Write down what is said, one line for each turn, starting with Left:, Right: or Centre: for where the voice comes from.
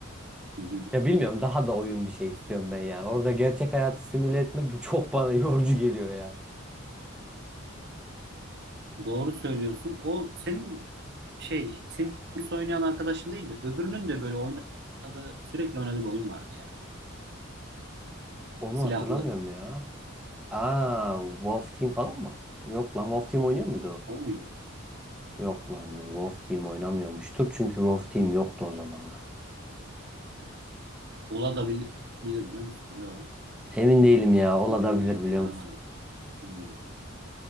Right: Hı hı.
Centre: ya bilmiyorum daha da oyun bir şey istiyorum ben yani. Orada gerçek hayatı simüle etmek <laughs> çok bana yorucu geliyor yani.
Right: Doğru söylüyorsun. O senin şey Sims oynayan arkadaşın değildi. Öbürünün de böyle oynadığı sürekli oynadığı bir oyun vardı ya.
Centre: Onu
Right: Silahlı.
Centre: hatırlamıyorum ya. Aa, Wolf Team falan mı? Yok lan Wolf Team oynuyor muydu o?
Right: O muydu?
Centre: Yok lan dur Wolf Team oynamıyormuştur çünkü Wolf Team yoktu o zamanlar.
Right: Ola da bil- bilir biliyor musun? Yok.
Centre: Emin değilim ya olabilir
Right: Bilmiyorum ki
Centre: biliyor
Right: çıkaramadım.
Centre: musun?
Right: Hmm.